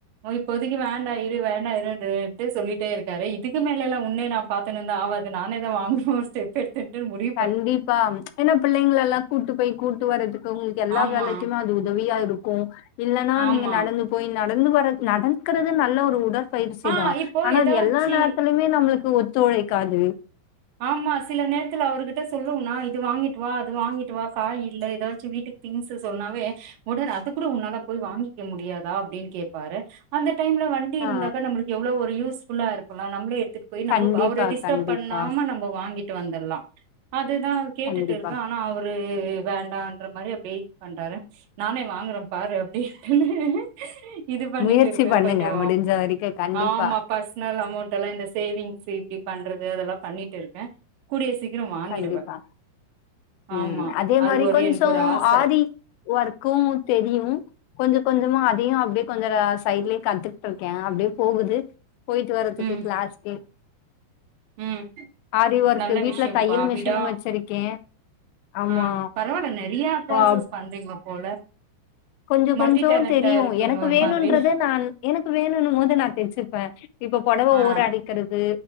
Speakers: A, on the right (about 70°); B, on the left (about 80°).
A: ஓ இப்போதைக்கு வேண்டா இரு வேண்டா இரு <unintelligible> சொல்லிட்டே இருக்காரு இதுக்கு மேல எல்லா உன்னே நாப் பாத்துன்னுந்தா ஆவாது நானேதா வாங்கன்னு ஸ்டெப் பெட் தென்டர் முடி
B: கண்டிப்பா ம்ச் ஏன்னா பிள்ளைங்கள எல்லா கூட்டு போய் கூட் ட்டு வரதுக்கு உங்களுக்கு எல்லா
A: ஆமா
B: வேலைக்குமே அது உதவியா இருக்கு இல்லன்னா
A: ஆமா
B: நீங்க நடந்துப் போய் நடந்து வரத் நடந்த்கறது நல்ல ஒரு உடற்பயிற்சி
A: ஆ
B: தா
A: இப்போ
B: ஆனா
A: ஏதாச்சி
B: அது எல்லா நேரத்திலயுமே இதே நம்மளுக்கு ஒத்துழைக்காது
A: ஆமா சில நேரத்துல அவர்கிட்ட சொல்லுவனா இது வாங்கிட்டு வா அது வாங்கிட்டு வா காய் இல்ல ஏதாச்சு வீட்டுக் திங்ஸ்ஸு சொன்னாவே உடர் அது கூட உன்னால போய் வாங்கிக்க முடியாதா அப்டின் கேப்பாரு அந்த டைம்ல வண்டி இருந்தாக்க
B: ஆ
A: நம்பளுக்கு எவ்ளோ ஒரு யூஸ்ஃபுல்லா இருக்குல நம்ளே எடுத்துட் போய் நம்ப
B: கண்டிப்பா
A: ப அவர டிஸ்டர்ப்
B: கண்டிப்பா
A: பண் நாம நம்ப வாங்கிட்டு வந்துர்லா அதுதா கேட்டுட்டு
B: கண்டிப்பா
A: இருக்கா ஆனா அவரு வேண்டன்ற மாரி அப்டியே பண்றாரு நானே வாங்குறே பாரு அப்டின்னு சொன்னே இது பண்ணிட்டு
B: முயற்சி
A: இருக்கே
B: பண்ணுங்க
A: கொஞ்சோ
B: முடிஞ்ச வரைக்கு கண்டிப்பா
A: ஆமா பர்சனல் அமௌண்ட் எல்லா இந்த சேவிங்ஸ்ஸு இப்டி பண்றது அதெல்லா பண்ணிட்டு இருக்கே கூடிய சீக்கிரோ வாங்கிடுவே
B: கண்டிப்பா ம்
A: ஆமா
B: அதே
A: அது
B: மாரி
A: ஒரு
B: கொஞ்சோ
A: எனக்கு ஒரு ஆச
B: ஆரி ஒர்க்கு தெரியு கொஞ்சோ கொஞ்சமா அதையு அப்டியே கொஞ்சரா சைட்லே கத்துக்கிட்ருக்கே அப்டியே போகுது போயிட்டு வர்றதுக்கு
A: ம்
B: கிளாஸ்க்கே
A: ம்
B: ஆரி ஒர்க்கு
A: நல்ல
B: வீட்ல
A: விஷயம்ப்பா
B: தையல் மிஷினு
A: விடா
B: வச்சிருக்கே ஆமா
A: ஆ பரவால்ல நறையா ப்ராசஸ்
B: பா
A: பண்றீங்க போல
B: கொஞ்ச
A: மல்டி
B: கொஞ்சோ
A: டேலண்டா
B: தெரியு
A: இருக்கீங்க
B: எனக்கு
A: ஒரு
B: வேணுன்றத
A: மாதிரி
B: நா எனக்கு வேணுன்னும் போது நான் தெ்சுப்ப இப்ப பொடவ
A: ஆ
B: ஓர அடிக்கிறது